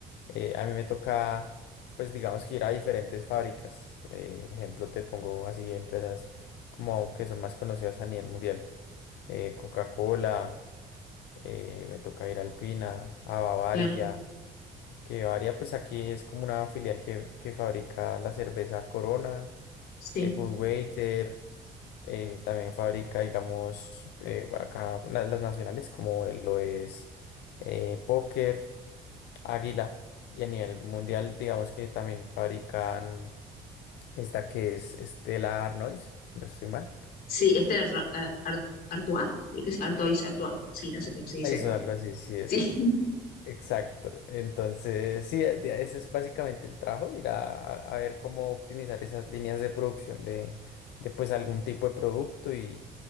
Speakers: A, on the left; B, on the left.
A: eh, a mí me toca, pues digamos que ir a diferentes fábricas. Eh, ejemplo, te pongo así empresas como que son más conocidas a nivel mundial. eh, Coca-Cola, eh, me toca ir a Alpina, a Bavaria,
B: claro,
A: que Bavaria pues aquí es como una filial que, que fabrica la cerveza Corona,
B: sí.
A: eh, Budweiser, eh, también fabrica digamos eh, acá la- las, nacionales como lo es eh, Póker. Águila. Y a nivel mundial, digamos que también fabrican esta que es Stella Artois, si no estoy mal.
B: Sí, este Ar- Ar- Ar- Artois, creo que es Artois, Artois. Sí, no sé cómo se dicen.
A: Eso, algo así, sí, eso.
B: Sí,
A: Exacto. Entonces, sí, de- de- ese es básicamente el trabajo, ir a, a ver cómo optimizar esas líneas de producción de, de pues algún tipo de producto y,